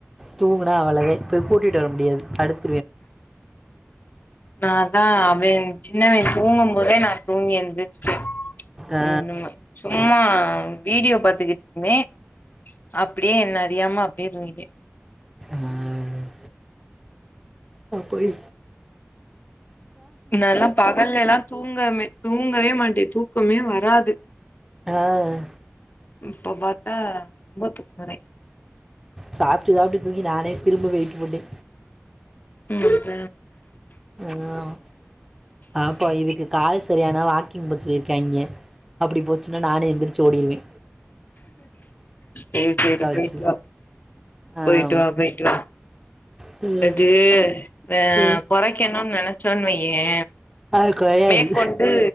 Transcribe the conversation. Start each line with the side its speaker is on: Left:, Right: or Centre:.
Centre: தூங்கனா அவ்ளதே போய் கூட்டிட்டு வர முடியாது அடுத்
Left: ந தா அவேன் சின்னவ தூங்க மு போதே நா தூங்கி எந்திரிச்டே கொஞ்சமா
Centre: ஆ
Left: சும்மா வீடியோ பாத்துக்கிட்டு ருந்தே அப்டியே என்ன அறியாம அப்டியே தூங்கிட்டே
Centre: ஆஹ் அ போயி
Left: நான்லா பகல்ல எல்லா தூங்கமே தூங்கவே மாட்டேன் து க்குமே வராது
Centre: ஆஹ்
Left: இப்ப பாத்தா ரொம்ப தூங்கறே
Centre: சாப்ட்டு சாப்ட்டு தூங்கி நானே திரும்ப வெயிட் போட்டே
Left: ம் அத
Centre: ஆஹ் பாப்போ இதுக்கு கால் சரியானா வாக்கிங் போ சொல்லியிருக்காய்ங்க அப்டி போச்சுன்னா நானும் எந்திரிச்சு ஓடிடுருவே
Left: சேரி சேரி
Centre: வச்சு
Left: போய்ட்டு வா
Centre: ஆமா
Left: போய்ட்டு வா போயிட்டு வா
Centre: ம்
Left: இது அஹ்
Centre: ம்
Left: கொறைக்கணு நனச்சோன் வைய்யே
Centre: அது கொறையாது
Left: மேக்கொண்டு